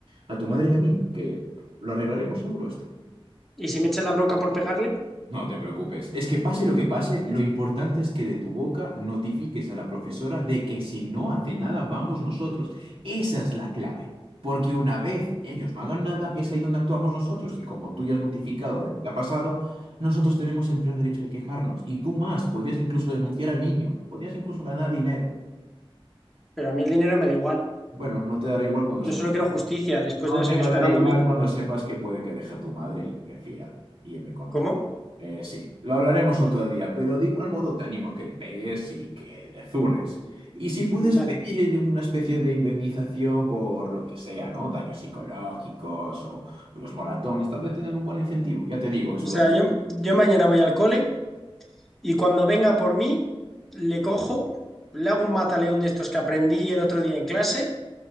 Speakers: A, on the right; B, in the centre.
A: a tu madre y a mí, que lo arreglaremos seguro esto.
B: y si me echan la bronca por pegarle,
A: No te preocupes. Es que pase lo que pase, lo importante es que de tu boca notifiques a la profesora de que si no hace nada, vamos nosotros. Esa es la clave. Porque una vez ellos no hagan nada, es ahí donde actuamos nosotros. Y como tú ya has notificado de lo que ha pasado, nosotros tenemos el pleno derecho de quejarnos. Y tú más, podrías incluso denunciar al niño, podrías incluso ganar dinero.
B: pero a mí el dinero me da igual.
A: Bueno, no te dará igual cuando
B: Yo
A: sepas.
B: solo quiero justicia, después
A: No
B: de dos
A: te
B: años
A: va a
B: pegándome,
A: dar igual cuando sepas que puede que deje a tu madre y prefiera irme con
B: ¿cómo?
A: otra. Eh, sí, lo hablaremos otro día, pero de igual modo te animo a que le pegues y que le zurres. Y si puedes
B: Vale.
A: pedir una especie de indemnización por lo que sea, ¿no? Daños psicológicos o los moratones, tal vez tengan un buen incentivo. Ya te digo, eso
B: O sea,
A: lo
B: yo, yo mañana voy al cole. Y cuando venga por mí, le cojo, le hago un mataleón de estos que aprendí el otro día en clase